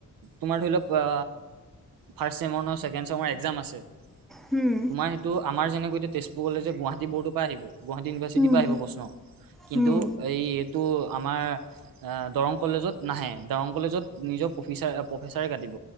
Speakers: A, on the right (about 80°); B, in the centre.
A: তোমাৰ ধৰি লওঁক আ ফাৰ্ষ্ট ছেমৰ ন ছেকেণ্ড চেমৰ একজাম আছে।
B: হুম,
A: তোমাৰ সেইটো আমাৰ যেনেকৈ এতিয়া তেজপুৰ কলে যে গুৱাহাটী বৰ্ডৰ পৰা আহিব, গুৱাহাটী ইউনিভাৰ্চিটিৰ
B: হুম,
A: পৰা আহিব প্ৰশ্ন। কিন্তু
B: হুম।
A: এই এইটো আমাৰ দৰং কলেজত নাহে, দৰং কলেজত নিজৰ প্ৰফেচাৰ প্ৰফেচাৰে কাটিব